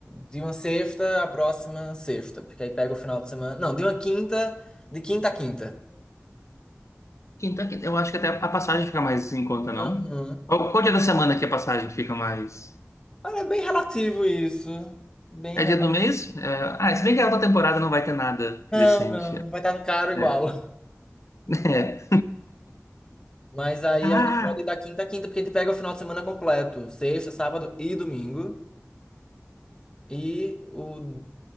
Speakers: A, on the left (about 15°); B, on the left (about 85°).
A: de uma sexta à próxima sexta. Porque aí pega o final de semana. Não, de uma quinta, de quinta a quinta.
B: Quinta, quinta. Eu acho que até a passagem fica mais em conta, não?
A: Uhum.
B: Qual, qual dia da semana que a passagem fica mais?
A: Olha, é bem relativo isso. Bem
B: É
A: relativo.
B: dia do mês? É, Ah, se bem que a outra temporada não vai ter nada
A: Não,
B: decente.
A: não, vai estar caro igual.
B: É. <laughs> É.
A: Mas aí
B: Ah!
A: a gente pode ir da quinta a quinta, porque a gente pega o final de semana completo. Sexta, sábado e domingo. E o,